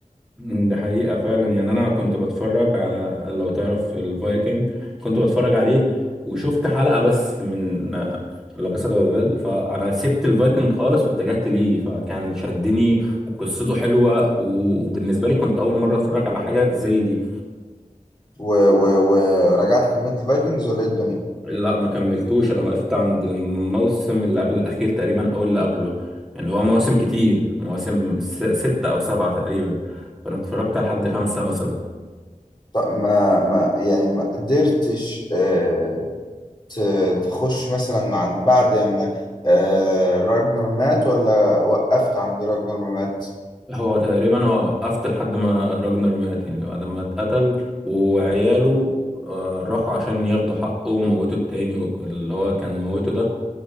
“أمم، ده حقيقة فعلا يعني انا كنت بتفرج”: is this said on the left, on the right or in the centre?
Centre